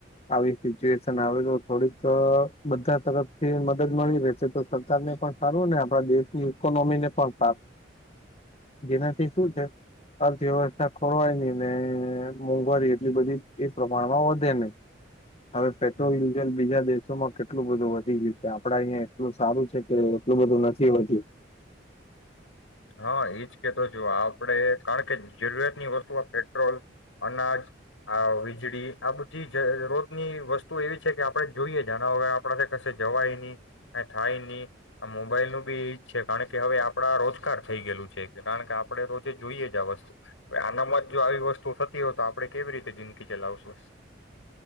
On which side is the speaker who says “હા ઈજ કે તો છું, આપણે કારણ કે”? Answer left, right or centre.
Left